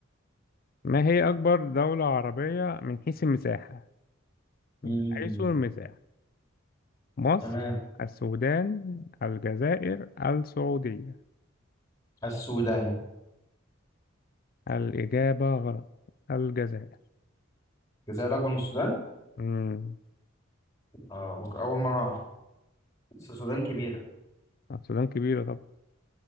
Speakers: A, on the left; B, on the left.
A: ما هي أكبر دولة عربية من حيث المساحة؟ من
B: مم.
A: حيث المساحة مصر
B: تمام
A: السودان الجزائر السعودية
B: السودان
A: الإجابة غلط الجزائر
B: الجزائر أكبر من السودان
A: مم.
B: اه ممكن أول مرة أعرف بس السودان كبيرة
A: السودان كبيرة طبعا